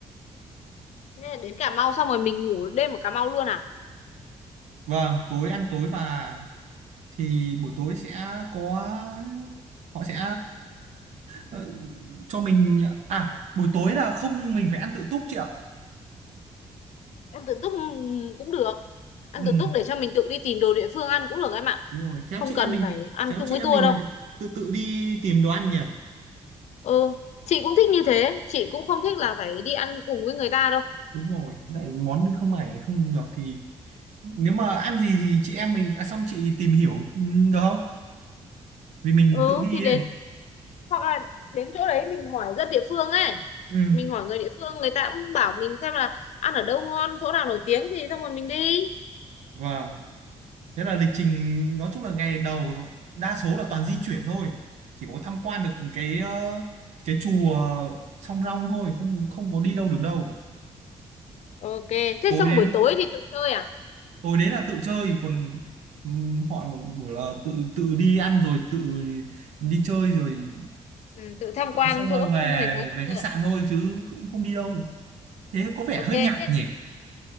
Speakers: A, on the left (about 75°); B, on the right (about 80°).
A: thế là đến Cà Mau xong rồi mình ngủ đêm ở Cà Mau luôn à
B: vâng tối ăn tối và thì buổi tối sẽ có họ sẽ ờ, cho mình à buổi tối là không mình phải ăn tự túc chị ạ
A: ăn tự túc ừm, cũng được ăn
B: ừ
A: tự túc để cho mình tự đi tìm đồ địa phương ăn cũng được em ạ
B: đúng rồi khéo
A: không
B: chị
A: cần
B: em mình
A: phải ăn
B: khéo
A: chung
B: chị
A: với
B: em
A: tour
B: mình
A: đâu
B: lại tự tự đi tìm đồ ăn nhỉ
A: ừ chị cũng thích như thế chị cũng không thích là phải đi ăn cùng với người ta đâu
B: đúng rồi lại món không này không được thì nếu mà ăn gì thì chị em mình à xong chị tìm hiểu ừ, được không vì mình
A: ừ
B: tự đi
A: thì đến
B: ấy
A: hoặc là đến chỗ đấy mình hỏi dân địa phương ấy
B: ừ
A: mình hỏi người địa phương người ta cũng bảo mình xem là ăn ở đâu ngon chỗ nào nổi tiếng thì xong rồi mình đi
B: vâng thế là lịch trình nói chung là ngày đầu nó- đa số là toàn di chuyển thôi chỉ có tham quan được cái ờ, cái chùa Song Rong
A: Ừ.
B: thôi không không có đi đâu được đâu
A: ok thế
B: tối
A: xong
B: đến
A: buổi tối thì tự chơi à
B: tối đến là tự chơi còn ừm, họ mà bảo là tự tự đi ăn rồi tự đi chơi rồi
A: ừ, tự tham quan
B: xong rồi
A: chỗ
B: về
A: trung tâm thành phố Cần
B: về
A: Thơ
B: khách sạn
A: à?
B: thôi chứ cũng không đi đâu thế có vẻ
A: ok
B: hơi nhạt
A: thế
B: nhỉ